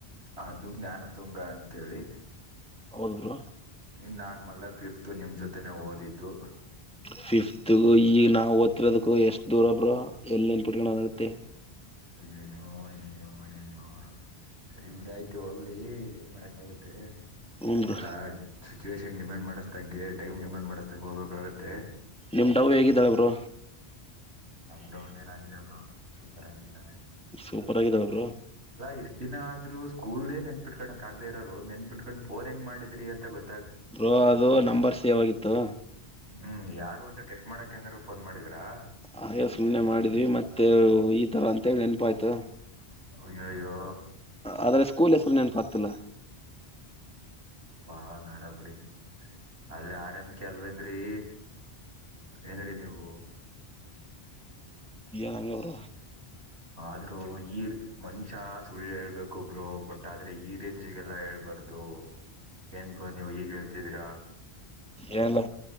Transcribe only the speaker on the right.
ಅದು ಜ್ಞಾನ ತುಂಗ ಅಂತೇಳಿ
ಇ ನಾರ್ಮಲ್ ಆಗ ಫಿಫತ್ ನಿಮ್ ಜೊತೆನೆ ಓದಿದ್ದು
ಅಯ್ಯಯ್ಯೋ ಅಯ್ಯಯ್ಯೋ ಅಯ್ಯಯ್ಯೋ ಸರಿ ಬಿಡಿ ಆಯ್ತು ಹೋಗ್ಲಿ ಏನ್ ಮಾಡಕ್ ಆಾಗತ್ತೆ
ಎಲ್ಲಾ ಸಿಚುವೇಷನ್ ಡಿಮಂಡ್ ಮಾಡಿಸ್ದಂಗೆ ಟೈಮ್ ಡಿಮಂಡ್ ಮಾಡ್್ದಂಗೆ ಹೋಗ್ಬೇಕಾಗುತ್ತೆ
ನಾಮ್ ಡವ್ ಏನಾಗಿದೆ ಒಬ್ರು ಸೂಪರ್ ಆಗಿದ್ದಾರೆ
ಇಷ್ಟ್ ದಿನ ಆದ್ರು ಸ್ಕೂಲ್ಲ್ಲೇ ನೆನ್ಪಿಟ್ಕೋಕ್ ಆಗದ ಇರೋರು ನೆನ್ಪಿಟ್ಕೊಂಡ್ ಫೋನ್ ಹೆಂಗ್ ಮಾಡಿದ್ರಿ ಅಂತ ಗೊ
ಹ್ಮ್ ಯಾರು ಅಂತ ಟೆಸ್ಟ್ ಮಾಡಕ ಂದ್ರರು ಫೋನ್ ಮಾಡಿದರಾ
ಅಯ್ಯೋ ಯೋ
ಬಾ ಗಾಡ ಬಿಡಿ ಅಲ್ಲೇ ಆರ್ ಎಂ ಕೆ ಅಲ್ವೇಂದ್ರಿ ಏನ್ ನೀವು
ಆದ್ರರು ಈ ಮನುಷ ಸುಳ್ಳ ಹೇಳ್ಬೇಕು ಬ್ರೋ ಬಟ್ ಆದ್ರೆ ಈ ರೇಂಜಗೆಲ್ಲಾ ಹೇಳ್ಬಾರ್ದು ಏನ್ ಬ್ರೋ ನೀವ್ ಈಗ್ ಹೇಳ್ತಿದೀರಾ